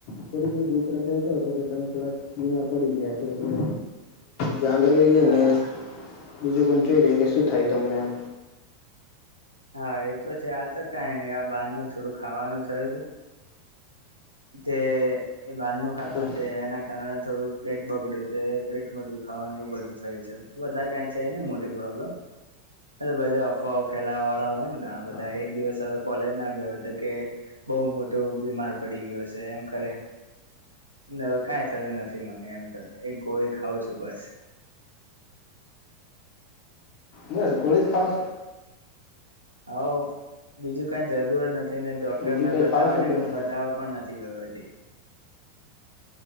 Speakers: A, on the left (about 45°); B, on the right (about 85°).
A: થોડીક મિત્ર કહેતો હતો કે તમે થોડાક બીમાર પડી ગયા છે, એટલે જા લ. અને
B: હા
A: બીજું પણ જોઈ ર્યાએ કે શું થાય તમનેમ.
B: હા એ તો છે આ તો કઈ નહી આ બહાર નું થોડું ખાવાનું થયું હતુ. તે એ બાર નનું ખાધું
A: હા
B: તે એના. કારણે થોડુંક પેટ બગડ્યું છે, પેટમાં દુખાવાનું એવું બધું થય છે બધા ક. છે ને મોટી પ્રોબ્લેમ. બધા અફવાઓ ફેલાવા વાળા હોય ને ઘણા બધા
A: હા
B: એક દિવસ હવે કોલેજ ના ગયો તો કે બહુ મોટો બીમાર પડી ગયો છે, એમ ખરે. ન કઈ થયું નથી મને એમ તો એક ગોળી ખાવઉ છુ, બસ.
A: બેસ ગોળી જ ખાાવ.
B: હઉ બીજું કઈ જરૂરત નથી ને ડોક્ટરને
A: બીજું કંઈ
B: બતાવવાને
A: ખાવ છો કે નહીં
B: બતાવવા પણ નથી. સ વાબજી.